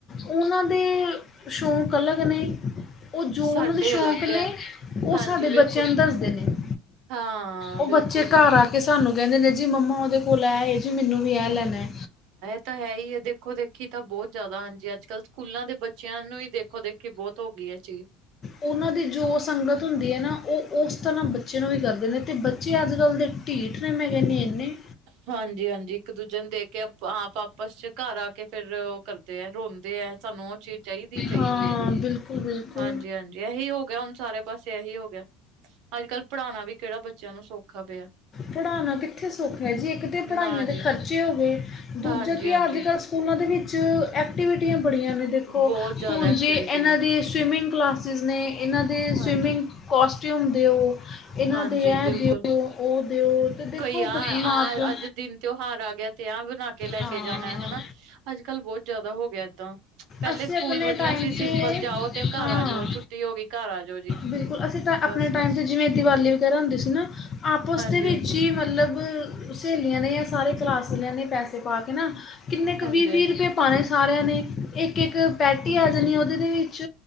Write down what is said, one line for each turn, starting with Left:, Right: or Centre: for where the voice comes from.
Left: ਉਹਾਂ ਦੇ ਸੋ਼ਕ ਅਲਗ ਨੇ ਓ ਜੋ
Right: ਸਾਡੇ
Left: ਓਨਂ ਦੇ ਸ਼ੌਕ
Right: ਅਲੱਗ
Left: ਨੇ,
Right: ਹੈ
Left: ਓ
Right: ਹਾਂਜੀ
Left: ਸਾਡੇ
Right: ਬਿਲਕੁਲ
Left: ਬੱਚੇਆਂ ਨ ਦੱਸਦੇ ਨੇ।
Right: ਹਾਂ
Left: ਓ
Right: ਬਿਲਕੁਲ
Left: ਬੱਚੇ
Right: ਬਿਲਕੁਲ
Left: ਘਾਰ ਆ ਕੇ ਸਾਨੂੰ ਕੈਂਦੇ ਨੇ ਜੀ ਮੰਮਾ ਓਦੇ ਕੋਲ ਐ ਏ ਜੀ ਮਿਨੂੰ ਵੀ ਐ ਲੈਨੈ।
Right: ਓ ਤਾ ਹੈ ਈ ਐ ਦੇਖੋ-ਦੇਖ ਖੀ ਤਾਂ ਬੋਤ ਜਾਦਾ ਹਾਂਜੀ ਆੱਜ-ਕਾੱਲ ਸਕੂਲਾਂ ਦੇ ਬੱਚੇਆਂ ਨੂੰ ਈ ਦੇਖੋ-ਦੇਖੀ ਬੋਤ ਹੋ ਗੀ ਐ ਚੀਜ।
Left: ਉਹਨਾਂ ਦੀ ਜੋ ਸੰਗਤ ਹੁੰਦੀ ਹੈ ਨਾ ਉਹ ਉਸ ਤਰ੍ਹਾਂ ਬੱਚੇ ਨੂੰ ਵੀ ਕਰਦੇ ਨੇ ਅਤੇ ਬੱਚੇ ਅੱਜ ਕੱਲ੍ਹ ਦੇ। ਢੀਠ ਨੇ ਮੈਂ ਕਿਨੀ ਇੰਨੇ।
Right: ਹਾਂਜੀ ਹਾਂਜੀ ਇੱਕ ਦੂਜੇ ਨੂੰ ਦੇਖ ਕੇ ਆਪ ਆਪਸ ਚ ਘਰ ਆ ਕੇ ਫਿਰ। ਕਰਦੇ ਹੈ ਰੋਂਦੇ ਹੈ ਸਾਨੂੰ ਉਹ ਚੀਜ਼ ਚਾਹੀਦੀ ਚਾਹੀਦੀ
Left: ਹਾਂ
Right: ਹੈ ਜੀ।
Left: ਬਿਲਕੁਲ ਬਿਲਕੁਲ
Right: ਹਾਂਜੀ ਹਾਂਜੀ ਇਹੀ ਹੋ ਗਿਆ ਹੁਣ ਸਾਰੇ ਪਾਸੇ ਇਹੀ ਹੋ ਗਿਆ ਅੱਜ ਕੱਲ੍ਹ ਪੜ੍ਹਾਉਣਾ ਵੀ ਕਿਹੜਾ ਬੱਚਿਆਂ ਨੂੰ ਸੌਖਾ ਪਿਆ।
Left: ਪੜ੍ਹਾਉਣਾ ਕਿੱਥੇ ਸੁਖ ਹੈ ਜੀ ਇੱਕ ਤਾਂ
Right: ਨਾ
Left: ਪੜ੍ਹਾਈਆਂ ਦੇ
Right: ਜੀ
Left: ਖਰਚੇ ਹੋ ਗਏ ਦੂਜਾ
Right: ਹਾਂਜੀ
Left: ਕੀ
Right: ਹਾਂਜੀ
Left: ਅੱਜ ਕੱਲ੍ਹ। ਸਕੂਲਾਂ ਦੇ ਵਿੱਚ ਐਕਟੀਵਿਟੀਆਂ ਬੜੀਆਂ ਨੇ ਦੇਖੋ
Right: ਬਹੁਤ ਜ਼ਿਆਦਾ
Left: ਹੁਣ
Right: ਐਕਟੀਵਿਟੀਆਂ
Left: ਜੇ ਇਹਨਾਂ ਦੀ ਸਵੀਮਿੰਗ। ਕਲਾਸਿਸ ਨੇ ਇਹਨਾਂ ਦੇ
Right: ਹਾਂਜੀ
Left: ਸਵੀਮਿੰਗ ਕੋਸਟਿਊਮ ਦਿਓ ਇਹਨਾਂ
Right: ਹਾਂਜੀ
Left: ਦੇ ਇਹ
Right: ਬਿਲਕੁਲ
Left: ਦਿਓ। ਉਹ ਦਿਓ ਦੇਖੋ
Right: ਕਈ
Left: ਬ-
Right: ਆਹ
Left: ਮਾਂ
Right: ਆਹ
Left: ਪਿਓ
Right: ਅੱਜ ਦਿਨ ਤਿਉਹਾਰ ਆ ਗਿਆ ਤੇ ਆਹ ਬਣਾ ਕੇ ਲੈ
Left: ਹਾਂ
Right: ਕੇ ਜਾਣਾ ਹਨਾ। ਅੱਜ ਕੱਲ ਬਹੁਤ ਜਿਆਦਾ ਹੋ ਗਿਆ ਏਦਾਂ। ਪਹਿਲੇ
Left: ਅਸੀਂ
Right: ਸਕੂਲ
Left: ਆਪਣੇ
Right: ਵਧੀਆ
Left: ਟਾਈਮ
Right: ਸੀ ਸਿੰਪਲ ਜਾਓ ਤੇ ਘਰ
Left: ਹਾਂ
Right: ਆ ਜਾਓ ਛੁੱਟੀ ਹੋ ਗਈ ਘਰ ਆ ਜਾਓ ਜੀ।
Left: ਬਿਲਕੁਲ ਅਸੀਂ ਤਾਂ ਆਪਣੇ
Right: ਬਸ
Left: ਟਾਈਮ
Right: ਬਸ
Left: 'ਚ ਜਿਵੇਂ ਦੀਵਾਲੀ ਵਗੈਰਾ ਹੁੰਦੀ ਸੀ ਨਾ ਆਪਸ
Right: ਹਾਂਜੀ
Left: ਦੇ ਵਿੱਚ
Right: ਹਾਂਜੀ
Left: ਹੀ ਮਤਲਬ। ਸਹੇਲੀਆਂ ਨੇ ਜਾਂ ਸਾਰੇ ਕਲਾਸਵਾਲੇਆਂ ਨੇ ਪੈਸੇ ਪਾ ਕੇ ਨਾ ਕਿੰਨੇ ਕੁ
Right: ਹਾਂਜੀ
Left: ਵੀਹ ਵੀਹ
Right: ਹਾਂਜੀ।
Left: ਰੁਪਏ ਪਾਣੇ ਸਾਰਿਆਂ ਨੇ। ਕਿ ਇੱਕ ਪੈਟੀ ਆ ਜਾਣੀ ਉਹਦੇ ਦੇ ਵਿੱਚ।